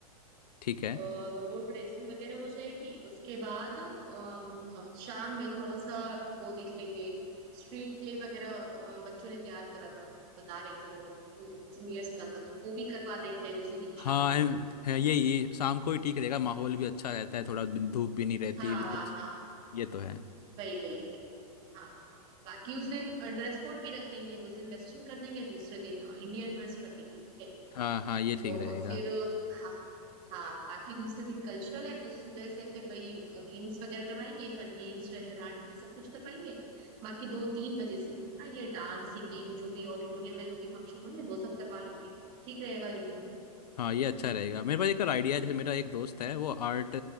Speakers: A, on the left; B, on the right.
A: ठीक है
B: और वो ड्रेसिंग वगैरह हो जाएगी उसके बाद अम, शाम में थोड़ा सा वो देख लेंगे स्ट्रीट प्ले वगैरह अम, बच्चों ने तैयार करा था बता रहे थे वो जूनियर्स का था तो वो भी करवा देते हैं उसी दिन
A: हाँ
B: शाम में
A: है यही शाम को ही ठीक रहेगा माहौल भी अच्छा रहता है थोड़ा धूप भी नहीं रहती
B: हाँ
A: बिल्कुल
B: हाँ हाँ
A: ये तो है
B: वही वही वही हाँ बाकी उस दिन ड्रेस कोड भी रख देंगे उस दिन वेस्टर्न कर देंगे दूसरे दिन इंडियन ड्रेस कर देंगे ठीक है
A: हाँ हाँ ये ठीक
B: और
A: रहेगा
B: फिर हाँ हाँ बाकी दूसरे दिन कल्चरल है तो सुबह से फिर वही गेम्स वगैरह करवाएंगे फन गेम्स ट्रेजर हंट ये सब कुछ करवाएंगे बाकी दो तीन बजे से हाँ ये डांस सिंगिंग जो भी ऑडिटोरियम में जो भी फंक्शन होने वो सब करवा लेंगे ठीक रहेगा ये तो
A: हाँ ये अच्छा रहेगा मेरे पास एक और आइडिया है जैसे मेरा एक दोस्त है वो आर्ट